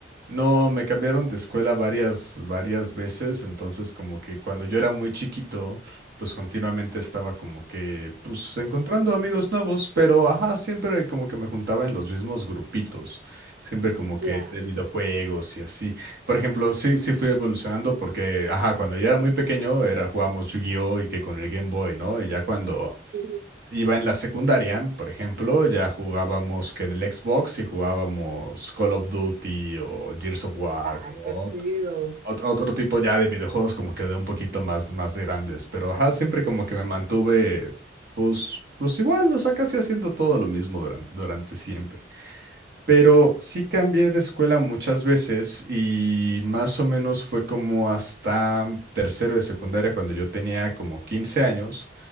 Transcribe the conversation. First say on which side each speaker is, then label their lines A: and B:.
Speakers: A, on the right; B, on the right.
A: No, me cambiaron de escuela varias, varias veces, entonces como que cuando yo era muy chiquito, pues continuamente estaba como que, pues encontrando amigos nuevos, pero ajá, siempre como que me juntaba en los mismos grupitos, siempre como que
B: Ya.
A: de videojuegos y así. Por ejemplo, sí, sí fui evolucionando porque, ajá, cuando yo era muy pequeño era jugábamos Yu-Gi-Oh y que con el Game Boy, ¿no? Y ya cuando
B: Ujú.
A: Iba en la secundaria, por ejemplo, ya jugábamos que en el Xbox y jugábamos Call of Duty o Gears of War,
B: Ah,
A: como
B: está
A: ot-
B: chido.
A: ot- otro tipo ya de videojuegos como que de un poquito más, más de grandes. Pero ajá, siempre como que me mantuve, pues, pues igual, o sea, casi haciendo todo lo mismo durante, durante siempre. Pero sí cambié de escuela muchas veces y más o menos fue como hasta tercero de secundaria cuando yo tenía como 15 años